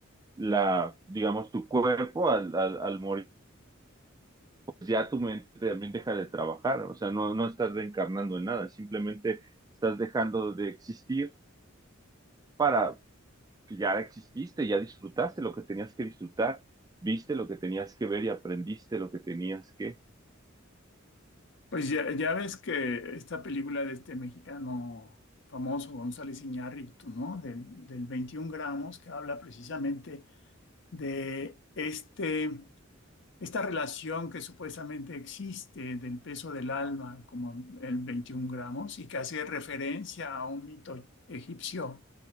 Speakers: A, on the right (about 20°); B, on the left (about 60°).
A: la, digamos, tu cuerpo al, al, al morir, pues ya tu mente también deja de trabajar, o sea, no, no estás reencarnando en nada, simplemente estás dejando de existir para, ya exististe, ya disfrutaste lo que tenías que disfrutar, viste lo que tenías que ver y aprendiste lo que tenías que,
B: Pues ya, ya ves que esta película de este mexicano famoso, González Iñárritu, ¿no? Del, del 21 gramos, que habla precisamente de este Esta relación que supuestamente existe del peso del alma, como el 21 gramos, y que hace referencia a un mito egipcio,